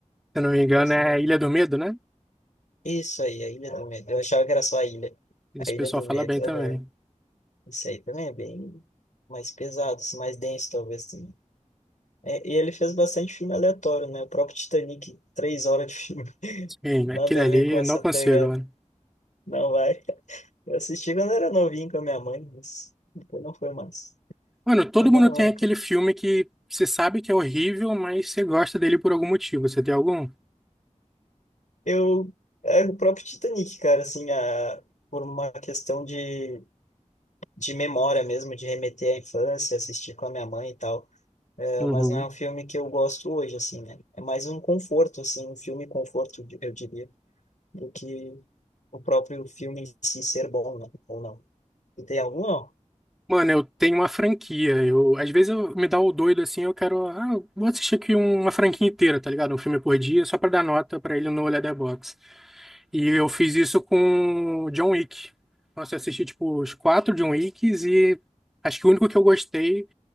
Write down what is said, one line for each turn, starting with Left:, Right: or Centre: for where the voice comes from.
Centre: Se eu não me engano,
Left: Mas
Centre: é
Left: não-
Centre: Ilha do Medo, né?
Left: Isso aí, a Ilha do Medo. Eu achava que era só a ilha.
Centre: Esse
Left: A Ilha
Centre: pessoal
Left: do
Centre: fala
Left: Medo.
Centre: bem também.
Left: aham. Isso aí também é bem mais pesado, assim, mais denso, talvez. Assim. É, e ele fez bastante filme aleatório, né? O próprio Titanic, três horas de filme. <laughs>
Centre: Sim,
Left: Nada
Centre: aquele ali,
Left: a ver com essa
Centre: eu não consigo,
Left: pegada.
Centre: mano.
Left: Não vai. Eu assisti quando era novinho com a minha mãe, mas depois não foi mais.
Centre: Mano, todo
Left: Mas da
Centre: mundo
Left: hora,
Centre: tem aquele
Left: cara.
Centre: filme que você sabe que é horrível, mas você gosta dele por algum motivo. Você tem algum?
Left: Eu. É o próprio Titanic, cara, assim, a, por uma questão de, de memória mesmo, de remeter à infância, assistir com a minha mãe e tal. É,
Centre: Uhum.
Left: mas não é um filme que eu gosto hoje, assim, né? É mais um conforto, assim, um filme conforto, eu diria, do que o próprio filme em si ser bom, né? Ou não. E tem algum, não?
Centre: Mano, eu tenho uma franquia. Eu, às vezes eu me dá o doido assim, eu quero, ah, eu vou assistir aqui um, uma franquia inteira, tá ligado? Um filme por dia, só pra dar nota pra ele no Letterboxd. E eu fiz isso com John Wick. Nossa, eu assisti tipo os quatro John Wicks e acho que o único que eu gostei